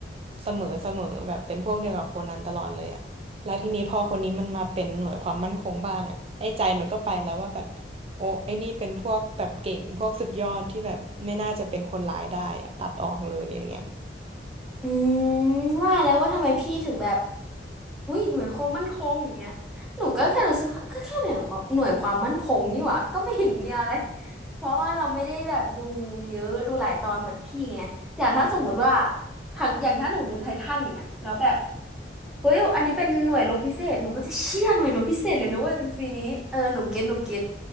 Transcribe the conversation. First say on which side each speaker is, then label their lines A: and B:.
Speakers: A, on the right (about 35°); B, in the centre.
A: เสมอเสมอแบบเป็นพวกเดียวกับโคนันตลอดเลยอ่ะแล้วทีนี้พอคนนี้มันมาเป็นหน่วยความมั่นคงบ้างอ่ะไอ้ใจมันก็ไปแล้วว่าแบบโอ้ไอ้นี่เป็นพวกแบบเก่งพวกสุดยอดที่แบบไม่น่าจะเป็นคนร้ายได้อะตัดออกเลยอย่างเงี้ย
B: อืมว่าแล้วว่าทำไมพี่ถึงแบบอุ้ยหน่วยความมั่นคงอย่างเงี้ยหนูก็แค่รู้สึกก็แค่หน่วยความหน่วยความมั่นคงนี่หว่าก็ไม่เห็นมีอะไรเพราะว่าเราไม่ได้แบบดูเยอะดูหลายตอนเหมือนพี่ไงอย่างถ้าสมมติว่าทางอย่างถ้าหนูดูไททันอย่างเงี้ยแล้วแบบ เฮ้ยอันนี้เป็นหน่วยรบพิเศษหนูก็จะเชี่ยหน่วยรบพิเศษเลยนะเว้ยเป็นฟรีนี้เออหนูเก็ตหนูเก็ต